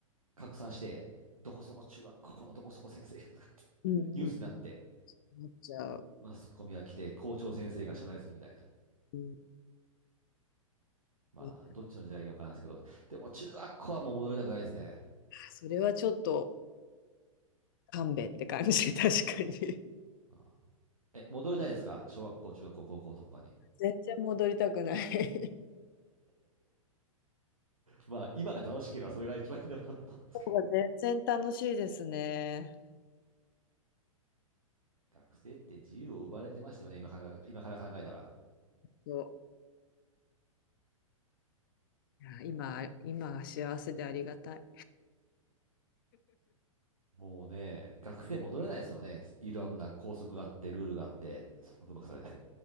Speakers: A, on the right; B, on the left.
A: 拡散して、どこそこ中学校のどこそこ先生がとかっていうニュースになって、
B: うんうんなっちゃう。
A: マスコミが来て校長先生が謝罪するみたいな。
B: うん
A: まあ、
B: うん
A: どっちの時代かわからないですけど、でも中学校はもう戻りたくないですね。
B: それはちょっと勘弁って感じ、<laughs> 確かに。
A: ああえ、戻りたいですか小学校、中学校、高校とかに。
B: <laughs> 全然戻りたくない
A: まあ、今が楽しければそれが一番いいんだなと思うんですけど。
B: 方が全然楽しいですね。
A: 学生って自由を奪われてましたよね、今考え、今から考えたら。
B: そういや今、今は幸せでありがたい。
A: もうね、学生戻れないですよね。いろんな拘束があって、ルールがあって、束縛されて。